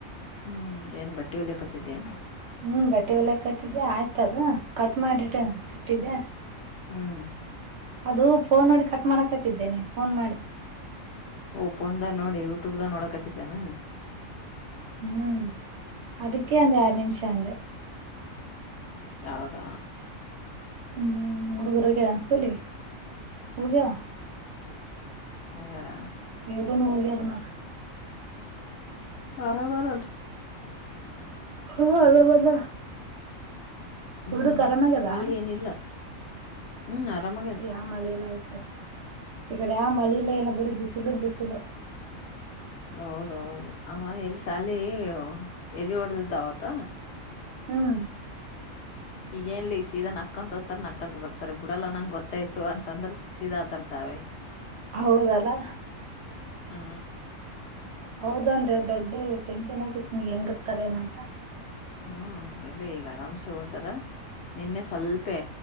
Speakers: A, on the left (about 65°); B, on the right (about 60°).
A: ಹ್ಮ್ ಏನ್ ಬಟ್ಟೆ ಹಲಿ ಕತಿದ್ದೇ ನ್
B: ಹ್ಮ್ ಬಟ್ಟೆ ಒಲ ಕತಿದ್ದಿ ಆಯ್ತ ಅದ ಕಟ್ ಮಾಡಿಟ್ಟ
A: ಹ್ಮ್
B: ಇಟ್ಟಿದ್ದೆ
A: ಹ್ಮ್ <inaudible>
B: ಅದು ಫೋನ್ ನೋಡಿ ಕಟ್ ಮಾಡಾಕತ್ತಿದ್ದೆ ನೀನ್ ಫೋನ್ ಮಾಡ
A: ಪ್ಪಂದ ನೋಡಿ ಊ ಟುಬ್್ದ ನೋಡಕ್ ಹಚ್ಚಿದ್ದಾನ
B: ಹ್ಮ್ ಅದಕ್ಕೆೇ ಒಂದ ಎರಡು ನಿಮಿಷ ಅಂದ
A: ಯಾವದ
B: ಹ್ಮ್ ಹುಡುಗರೋಗ್ಯವೆನ್ಸ್ಕೂಲಿ ಹೋಗ್ಯಾವ
A: ಹ ಯಾರ <unintelligible>
B: ಇವರುೂ ನಲ್ಗೆಾರ ನಡು
A: ಆರಾಮರಲ್ಲ
B: ಹ್ಮ ಅದ ಮದ
A: ಹ್ಮ್
B: ಹುಡು ಆರಾಮಗದಾ
A: ಮಳಿ ಏನಿಲ್ಲ ಹ್ಮ್ ಆರಾಮಾಗ್ಯದ
B: ಯ ಮಳಲ್ಲ ಈ ಕಡೆ ಈಕಡೆ ಯಾ ಮಳಲ್ಲ ಎಲ್ಲ ಬರಿ ಬಿಸಿಲು ಬಿಸಿಲು
A: ಹೌದೌದು ಆ ಎಲ್ಲಿ ಶಾಲೆ ಎದಿ ಹೊಡೆ್ದ್ದವತ್ತ
B: ಹ್ಮ್
A: ಈಗಏನ್ಲಿ ಈಗ ಸೀದಾ ನಕ್ಕಂತರ್ತಾರ ನಕ್ಕಂತ ಬರ್ತಾರೆ ಬಿಡಲ್ಲಾ ನಂಗ ಗೊತ್ತಾಯ್ತು ಅಂತಂದ್ರ ಸೀದಾ ತರ್ತಾವೆ
B: ಹೌದಲ್ಲ
A: ಹಾ
B: ಹೌದನ್ಿ ದೊಡ್ಡ ಟೆನ್ಷನ್ ಆಗಿತ್ತು ಹೆಂಗಿರ್ತಾರ ಏನಂಟ
A: ಹ್ಮ್ ಎಲ್ಲ ಈಗ ಆರಾಮ್ಸೆ ಹಓತಾರ ನಿನ್ನೆ ಸ್ವಲ್ಪೆ